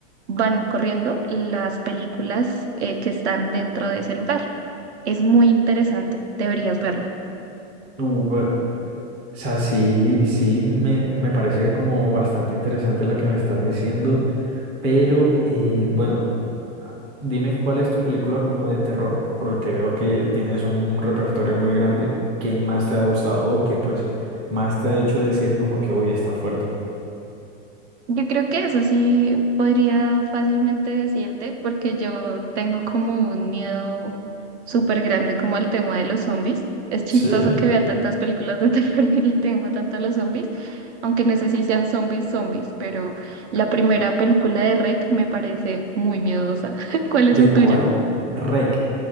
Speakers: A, on the right; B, on the right.
A: van corriendo las películas, eh, que están dentro de ese lugar. Es muy interesante, deberías verla.
B: Uh, eh, o sea, sí, sí, me, me parece como bastante interesante la que me estás diciendo, pero eh, bueno, a- dime cuál es tu película como de terror, por lo que veo que tienes un repertorio muy grande, que más te ha gustado o que pues más te ha hecho decir como que hoy está fuerte.
A: Yo creo que eso sí podría fácilmente decirte, porque yo tengo como un miedo súper grande como al tema de los zombies. Es chistoso
B: Sí.
A: que vea tantas películas de <laughs> terror y le tema tanto a los zombies, aunque no sé si sean zombies zombies, pero la primera película de REC me parece muy miedosa. <laughs> ¿Cuál es
B: ¿De
A: la tuya?
B: cuál? Rec.